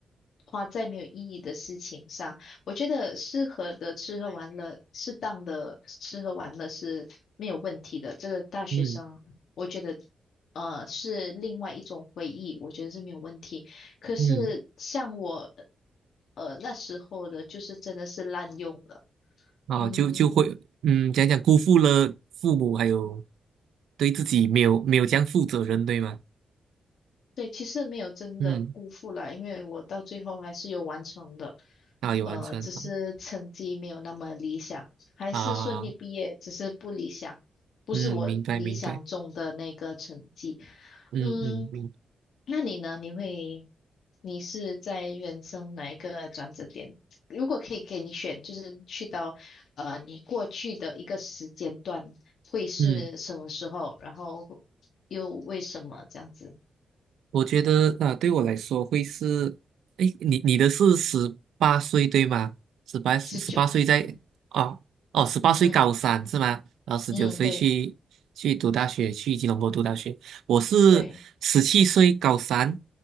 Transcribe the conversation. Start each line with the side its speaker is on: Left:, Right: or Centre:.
Left: 花在没有意义的事情上。我觉得适合的吃喝玩乐，适当的吃喝玩乐是没有问题的，这个大学生我觉得
Right: 嗯
Left: 呃是另外一种回忆，我觉得是没有问题。可是像我
Right: 嗯，
Left: 呃那时候的，就是真的是滥用了，
Right: 啊，
Left: 嗯，
Right: 就就会，嗯，讲讲辜负了父母，还有对自己没有没有这样负责任，对吗？
Left: 对，其实没有真的辜负了，
Right: 嗯，
Left: 因为我到最后还是有完成的，
Right: 啊，有完成，
Left: 呃，只是成绩没有那么理想，
Right: 好
Left: 还是顺利毕业，
Right: 啊。
Left: 只是不理想，不是我理想中的那个成绩，
Right: 嗯，明白明白，嗯嗯明，
Left: 嗯，那你呢？你会？你是在人生哪一个转折点？如果可以给你选，就是去到呃你过去的一个时间段，会是什么时候？
Right: 嗯，
Left: 然后又为什么这样子
Right: 我觉得啊，对我来说会是，哎，你你的是十八岁对吗？十八十八岁在哦哦，
Left: 持久？
Right: 十八岁高三是吗？
Left: 嗯
Right: 然后十九岁去去读大学，
Left: 嗯，对
Right: 去吉隆坡读大学。我是十七岁高三，
Left: 对，